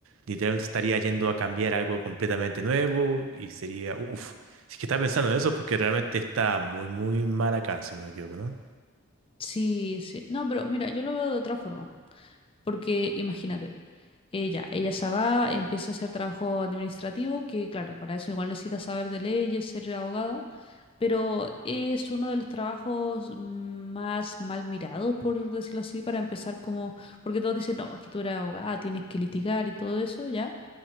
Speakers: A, on the right (about 70°); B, on the left (about 25°).
A: literalmente estaría yendo a cambiar algo completamente nuevo y sería, uff, si es que está pensando en eso, porque realmente está muy, muy mal acá, si no me equivoco, ¿no?
B: Sí, sí. No, pero mira, yo lo veo de otra forma. Porque imagínate, ella, ella se va, empieza a hacer trabajo administrativo, que claro, para eso igual necesita saber de leyes, ser abogada, pero es uno de los trabajos más mal mirados, por decirlo así, para empezar como, porque todos dicen, no, que tú eres abogada, tienes que litigar y todo eso, ¿ya?